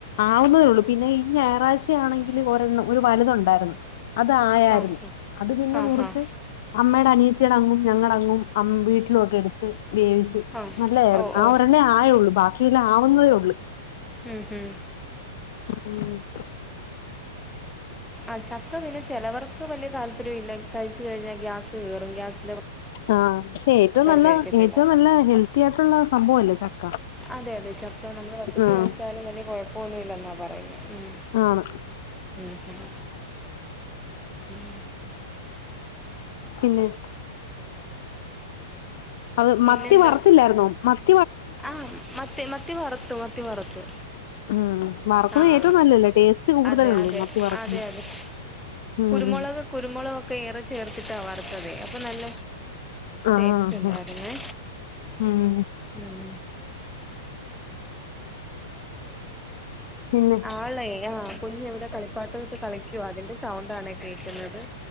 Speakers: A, on the left; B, in the centre.
A: ആവുന്നതേള്ളൂ പിന്നെ ഈ ഞായറാഴ്ചയാണെങ്കിൽ ഒരെണ്ണം ഒരു വലുതുണ്ട് തായിരുന്നു അത് ആയായിരുന്നു
B: ആഹ്
A: അത് പിന്നെ
B: ആഹ്
A: മുറിച്ച്
B: ആഹ്
A: അമ്മടെ അനിയത്തിയുടെ അങ്ങും ഞങ്ങ ആ മ് വീട്ടിലൊക്കെ എടുത്ത് വേവിച്ച്
B: ആഹ്
A: നല്ലായിരുന്നു
B: ഓ ഓ
A: ആ ഒരെണ്ണേ ആയുള്ളൂ ബാക്കി ഇല്ല ആവുന്നതേ ഉള്ളൂ
B: ഉം ഉം
A: <unintelligible> ഉം
B: ആഹ് ചക്ക പിന്നെ ചെലവർക്ക് വലിയ താല്പര്യം ഇല്ല കഴിച്ചു കഴിഞ്ഞാൽ ഗ്യാസ് കേറും ഗ്യാസ്
A: ആഹ് പക്ഷെ ഏറ്റവും നല്ല
B: കഴിക്കത്തില്ല
A: ഏറ്റവും നല്ല ഹെൽത്തി ആയിട്ടുള്ള സംഭവ അല്ലേ ച
B: അതെ അതെ ചക്ക നമ്മള് പച്ചക്ക്
A: ആഹ്
B: കഴിച്ചാലും വല്ല കുഴപ്പമൊന്നുമില്ലെന്നാ പറയുന്നേ ഉം
A: ആണ്
B: ഉം ഉം
A: പിന്നെ <inaudible> അത്
B: പിന്നെന്താ
A: മത്തി വറത്തില്ലായിരുന്നോ മത്ത്
B: ആഹ് മത്തി മത്തി വറത്തു മത്തി വറുത്തു
A: ഉം വറക്കുന്നത്
B: ആഹ്
A: ഏറ്റവും നല്ലല്ലേ ടേസ്റ്റ് കൂടുതലല്ലേ
B: അതെ അതെ
A: മത്തി വറക്കുമ്പോ
B: അതെ അതെ
A: ഉം
B: കുരുമുളക്
A: ഉം
B: കുരുമുളകൊക്കെ ഏറെ ചേർത്തിട്ടാ വറുത്തത് അപ്പൊ നല്ല
A: ആഹ്
B: ടേസ്റ്റ് ഉണ്ടായിരുന്നു
A: ഉം
B: ഉം
A: പിന്നെ
B: ആളെ ആ കുഞ്ഞ് ഇവിടെ കളിപ്പാട്ടം ഇട്ട് കളിക്കുവാ അതിന്റെ സൗണ്ടാണേ ക്കേക്കുന്നത്